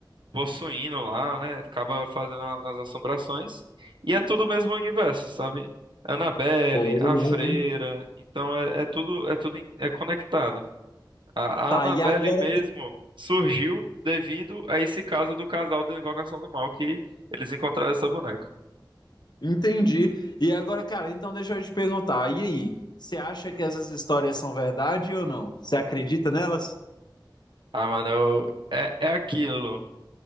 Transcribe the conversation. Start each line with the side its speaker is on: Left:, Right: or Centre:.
Right: possuindo lá, né? Acaba fazendo a- as assombrações. E é tudo o mesmo universo, sabe? Annabelle,
Left: <laughs> Pô, legal,
Right: a freira,
Left: hein?
Right: então é, é tudo é tudo in- é conectado. A,
Left: Tá,
Right: a Annabelle
Left: e agora.
Right: mesmo surgiu devido a esse caso do casal do Invocação do Mal que eles encontraram essa boneca.
Left: Entendi. E agora, cara, então deixa eu te perguntar. E aí? Você acha que essas histórias são verdade ou não? Você acredita nelas?
Right: Ah, mano, eu- é, é aquilo.